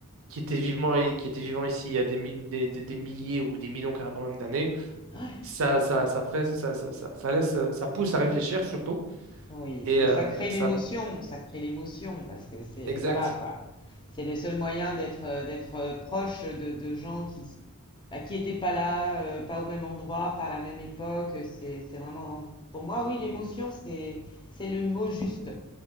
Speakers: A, on the right; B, on the left.
A: qui était vivant et qui était vivant ici il y a des, mille- des, des- des milliers ou des millions carrément même d'années,
B: mm.
A: ça, ça, ça fait, ça, ça, ça, ça laisse, ça pousse à réfléchir surtout.
B: Oui,
A: Et
B: et
A: euh,
B: ça crée
A: ça,
B: l'émotion, ça crée l'émotion, parce que c'est,
A: exact,
B: voilà, quoi. C'est le seul moyen d'être euh, d'être euh, proche de, de gens qui s- bah, qui n'étaient pas là, euh, pas au même endroit, pas à la même époque. C'est c'est vraiment, pour moi, oui, l'émotion, c'est c'est le mot juste.